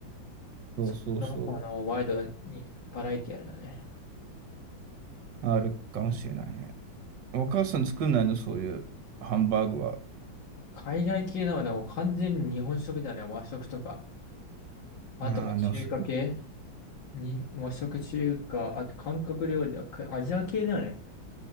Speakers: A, on the right (about 65°); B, on the left (about 65°).
A: そうそうそ
B: その、あの、ワイドにバラエティあるだね。
A: う。あるかもしれないね。お母さん作んないのそういうハンバーグは。
B: 海外系のはね、もう完全に日本食だよね。和食とか。あとは中華系
A: ああ、でもそれ、
B: に、和食中華、あと韓国料理はかアジア系だよね。